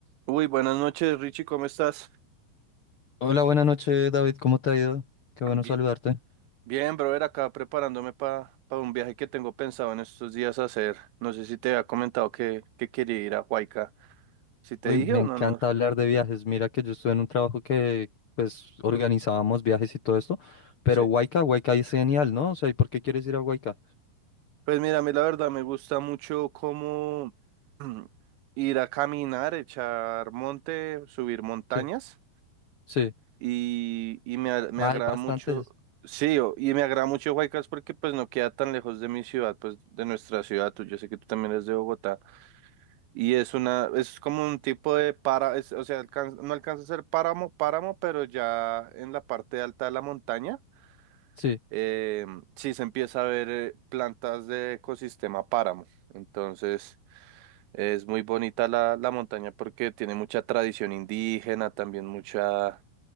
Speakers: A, on the right; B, on the left.
A: Uy, buenas noches, Richie, ¿cómo estás?
B: Hola, buenas noches, David. ¿Cómo te ha ido? Qué bueno
A: Bi-
B: saludarte.
A: Bien, brother, acá preparándome para un viaje que tengo pensado en estos días hacer. No sé si te había comentado que, que quería ir a Huayca. ¿Si te
B: Uy,
A: dije
B: me
A: o
B: encanta
A: no? No,
B: hablar de viajes. Mira que yo estuve en un trabajo que, pues, organizábamos viajes y todo esto. Pero
A: sí.
B: Huayca, Huayca es genial, ¿no? O sea, ¿y por qué quieres ir a Huayca?
A: Pues mira, a mí la verdad me gusta mucho como <clears throat> mm, ir a caminar, echar monte, subir montañas
B: Sí, sí.
A: y, y me, a- me
B: Hay
A: agrada
B: bastantes.
A: mucho, sí, o- y me agrada mucho Huaycas porque pues no queda tan lejos de mi ciudad, pues de nuestra ciudad. Tú, yo sé que tú también eres de Bogotá. Y es una, es como un tipo de para, es- o sea, alcan no alcanza a ser páramo, páramo, pero ya en la parte alta de la montaña,
B: sí.
A: eh, sí se empieza a ver eh, plantas de ecosistema páramo. Entonces, es muy bonita la, la montaña porque tiene mucha tradición indígena, también mucha,